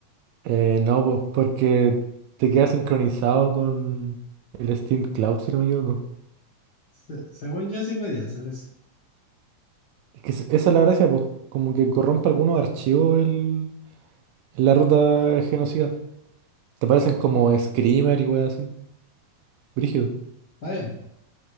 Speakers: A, on the right; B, on the left.
A: Eh, no, pues, porque te queda sincronizado con el Steam Cloud, si no me equivoco.
B: Se- según yo sí podía hacer eso.
A: Es que es- esa es la gracia, pues, como que corrompe algunos archivos el, la ruta genocida. Te parecen como Screamer y weas así. Brígido.
B: Está bien, pues.